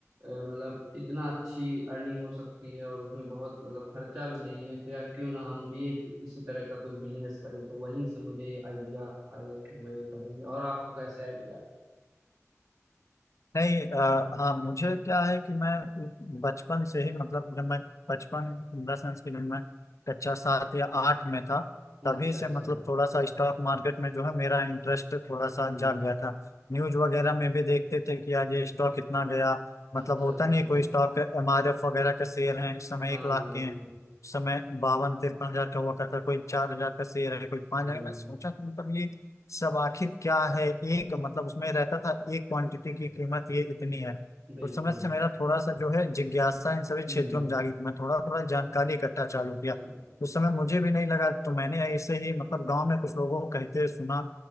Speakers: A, on the right (about 50°); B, on the left (about 70°).
A: मतलब इतना अच्छी अर्निंग हो सकती है और उसमें बहुत मतलब खर्चा भी नहीं है तो यार क्यों ना हम भी एक इसी तरह का कुछ बिजनेस करें तो वहीं से मुझे आइडिया आया कि जो है ये करेंगे और आपको कैसे आइडिया
B: नहीं आ, हाँ मुझे क्या है कि मैं बचपन से ही मतलब जब मैं बचपन इन द सेंस कि जब मैं कक्षा सात या आठ में था तभी
A: अच्छा
B: से
A: अच्छा
B: मतलब थोड़ा सा स्टॉक मार्केट में जो है मेरा इंटरेस्ट थोड़ा सा
A: हम्म
B: जाग गया था न्यूज वगैरह में भी देखते थे कि आज ये स्टॉक कितना गया
A: अच्छा
B: मतलब होता
A: अच्छा
B: नहीं है, कोई स्टॉक एम आर एफ वगैरह के शेयर हैं इस समय
A: हाँ
B: एक लाख
A: हाँ हाँ,
B: के हैं इस समय बावन तिरपन हजार का हुआ करता है, कोई चार हजार का शेयर है कोई पाँच
A: हम्म
B: हजार मैं सोचा कि मतलब ये सब आखिर क्या है एक मतलब उसमें रहता था एक क्वांटिटी की कीमत ये इतनी है
A: बिल्कुल
B: उस समय से मेरा थोड़ा सा जो है जिज्ञासा इन सभी क्षेत्रों
A: हम्म
B: में जागी तो मैं थोड़ा थोड़ा जानकारी इकट्ठा चालू किया
A: हाँ।
B: उस समय मुझे भी नहीं लगा तो मैंने ऐसे ही मतलब गांव में कुछ लोगों को कहते सुना